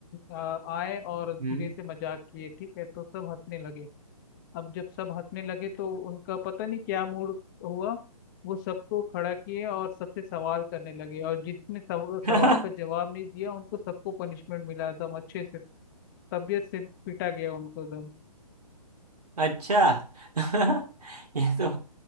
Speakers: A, on the left (about 30°); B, on the right (about 80°).
A: आ- आए और धीरे
B: हम्म
A: से मजाक किए ठीक है तो सब हंसने लगे अब जब सब हंसने लगे तो उनका पता नहीं क्या मूड हुआ वो सबको खड़ा किए और सबसे सवाल करने लगे और जिसने सव,
B: <laughs>
A: सवाल का जवाब नहीं दिया उनको सबको पनिशमेंट मिला एकदम अच्छे से तबीयत से पिटा गया उनको एकदम
B: अच्छा <laughs> ये तो